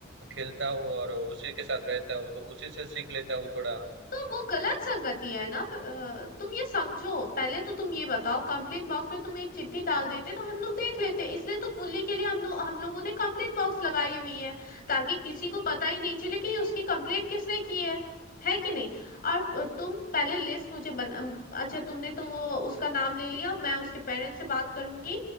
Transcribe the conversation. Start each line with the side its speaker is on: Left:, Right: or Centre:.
Right: खेलता हूँ और उसी के साथ रहता हूँ तो उसी से सीख लेता हूँ थोड़ा
Left: तो वो गलत संगति है
Right: इसीलिए
Left: ना प- अ, तुम ये समझो पहले तो तुम ये बताओ कंप्लेंट बॉक्स में तुम एक चिट्ठी डाल देते तो हम लोग देख लेते इसलिए तो बुल्ली के लिए हम लोग हम लोगों ने कंप्लेंट बॉक्स लगाई हुई है ताकि किसी को पता ही नहीं चले कि उसकी कंप्लेंट किसने की है है कि नहीं और अ, तुम पहले लिस्ट मुझे बन अम, अच्छा तुमने तो वो उसका नाम ले लिया मैं उसके पेरेंट्स से बात करूंगी